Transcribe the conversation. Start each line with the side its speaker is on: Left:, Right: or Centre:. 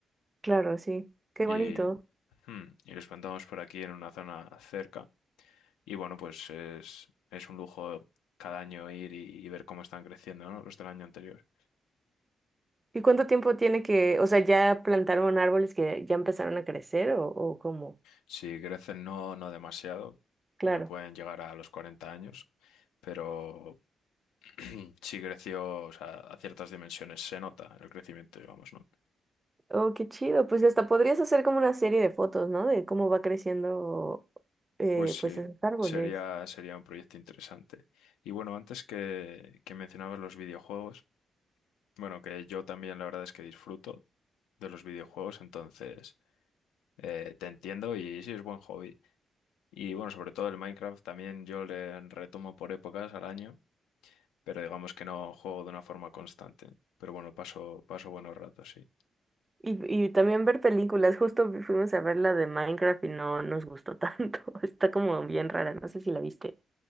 Right: Claro, sí. Qué
Left: y,
Right: bonito.
Left: hmm, y los plantamos por aquí en una zona cerca. Y bueno, pues es, es un lujo cada año ir y, y ver cómo están creciendo, ¿no? Los del año anterior.
Right: ¿Y cuánto tiempo tiene que, o sea, ya plantaron árboles que ya empezaron a crecer o, o cómo?
Left: Si crecen, no, no demasiado, porque
Right: Claro.
Left: pueden llegar a los 40 años, pero <clears throat> sí creció, o sea, a ciertas dimensiones se nota el crecimiento, digamos, ¿no?
Right: Oh, qué chido. Pues hasta podrías hacer como una serie de fotos, ¿no? De cómo va creciendo, eh,
Left: Pues sí,
Right: pues esos árboles.
Left: sería, sería un proyecto interesante. Y bueno, antes que, que mencionabas los videojuegos, Bueno, que yo también la verdad es que disfruto de los videojuegos, entonces eh, te entiendo y sí es buen hobby. Y bueno, sobre todo el Minecraft también yo le retomo por épocas al año, pero digamos que no juego de una forma constante. Pero bueno, paso, paso buenos ratos, sí.
Right: Y, y también ver películas. Justo fuimos a ver la de Minecraft y no nos gustó tanto. <laughs> Está como bien rara. No sé si la viste.